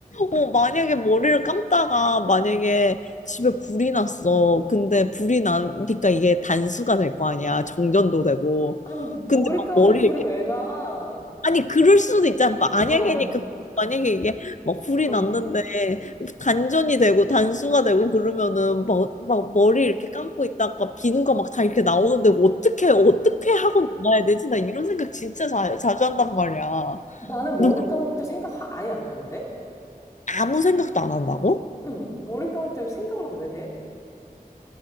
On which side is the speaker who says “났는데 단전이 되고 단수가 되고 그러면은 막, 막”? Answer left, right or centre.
Left